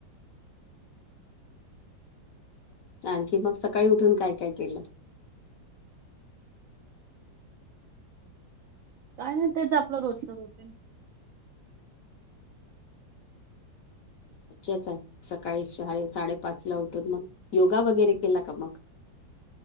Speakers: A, on the left; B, on the right.
A: आणखी मग सकाळी उठून काय-काय केलं?
B: काय नाय, तेच आपलं रोजचं रुटीन
A: मज्जाच आहे, सकाळी साडे-पाचला उठून मग योगा वगैरे केला का मग?